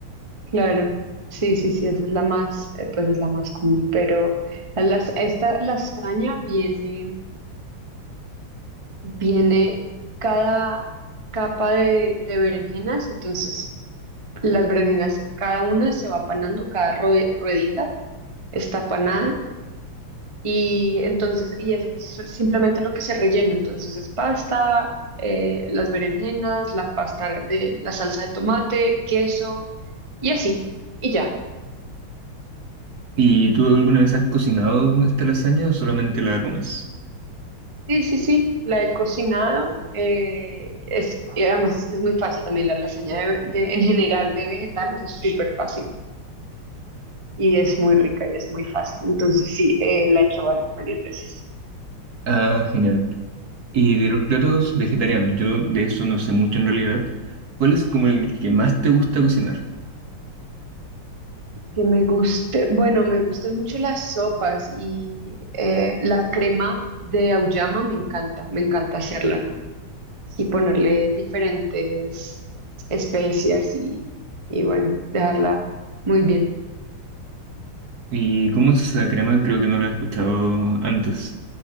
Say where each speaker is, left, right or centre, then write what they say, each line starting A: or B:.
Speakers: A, on the right; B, on the right.
A: Claro, sí, sí, sí, esa es la más, eh, pues es la más común, pero la las- esta lasaña viene, viene cada capa de, de berenjenas, entonces las berenjenas, cada una se va panando, cada rue- ruedita está panada Y entonces, y es simplemente lo que se rellena. Entonces es pasta, eh, las berenjenas, la pasta de la salsa de tomate, queso y así. Y ya.
B: ¿Y tú alguna vez has cocinado esta lasaña o solamente la comes?
A: Sí, sí, sí, la he cocinado. eh, es, y además es que es muy fácil también la lasaña de, de- en general de vegetales es súper fácil y es muy rica y es muy fácil. Entonces sí, eh, la he hecho var- varias veces.
B: Ah, genial. Y de los platos vegetarianos, yo de eso no sé mucho en realidad. ¿Cuál es como el que más te gusta cocinar?
A: Que me guste, bueno, me gustan mucho las sopas y eh, la crema de auyama me encanta, me encanta hacerla y ponerle diferentes especias y, y bueno, dejarla muy bien.
B: ¿Y cómo es esa crema? Creo que no la he escuchado antes.